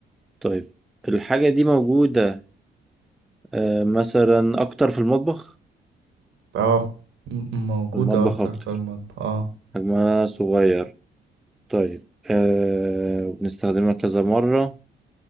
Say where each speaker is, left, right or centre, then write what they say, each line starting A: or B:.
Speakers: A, in the centre; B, on the right.
A: طيب الحاجة دي موجودة آه، مثلا أكتر في المطبخ؟
B: اه م- موجودة
A: في المطبخ
B: أكتر
A: أكتر
B: في المطبخ اه
A: حجمها صغير طيب أه وبنستخدمها كذا مرة